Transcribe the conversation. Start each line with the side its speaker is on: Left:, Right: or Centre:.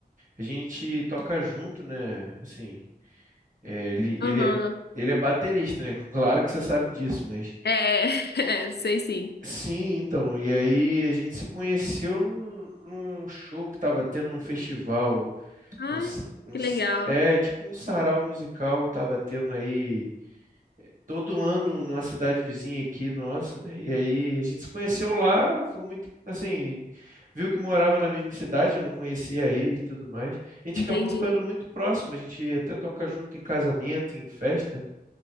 Right: a gente toca junto, né? Assim. É, ele,
Left: aham.
Right: ele é, ele é baterista, né? Claro que você sabe disso, mas.
Left: É, <laughs> é, sei
Right: é,
Left: sim.
Right: Sim, então. E aí a gente se conheceu num, num show que tava tendo num festival.
Left: Ah,
Right: um s- um
Left: que
Right: s-
Left: legal.
Right: é, tipo um sarau musical tava tendo aí todo ano numa cidade vizinha aqui, nossa, né? E aí a gente se conheceu lá, foi muito, assim. Viu que morava na mesma cidade, eu não conhecia ele e tudo mais. A gente
Left: Entendi.
Right: acabou ficando muito próximo, a gente até toca junto em casamento, em festa.